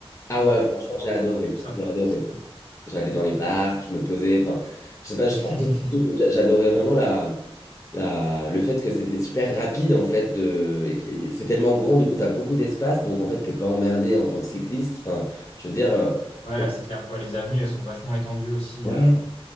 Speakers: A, on the left; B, on the left.
A: Ah
B: bah,
A: ouais,
B: de
A: franchement,
B: revoir
A: j'ai adoré.
B: euh, tout ça,
A: J'ai
B: quoi,
A: adoré.
B: donc c'est cool.
A: J'allais dans les parcs, je me posais. Enfin, je sais pas, je-
B: <laughs>
A: en gros, j'a- j'adorais vraiment la, la, le fait que c'était super rapide en fait. De, et qu'il- c'est tellement grand, du coup, tu as beaucoup d'espace. Donc en fait, t'es pas emmerdé en tant que cycliste. Enfin, je veux dire, euh,
B: Ouais,
A: on,
B: c'est clair. Ouais, les avenues, elles sont vachement étendues aussi.
A: ouais,
B: euh.